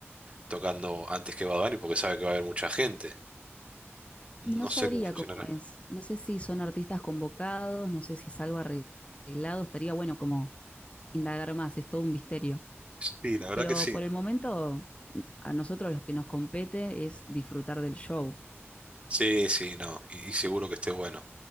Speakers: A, on the right; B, on the left.
A: tocando antes que Bad Bunny porque sabe que va a haber mucha gente.
B: Y no
A: No
B: sabría
A: sé cómo funcionará.
B: cómo es. No sé si son artistas convocados, no sé si es algo arreglado. Estaría bueno como indagar más, es todo un misterio.
A: Sí, la verdad
B: Pero
A: que sí.
B: por el momento, a nosotros los que nos compete es disfrutar del show.
A: Sí, sí, no, y, y seguro que esté bueno.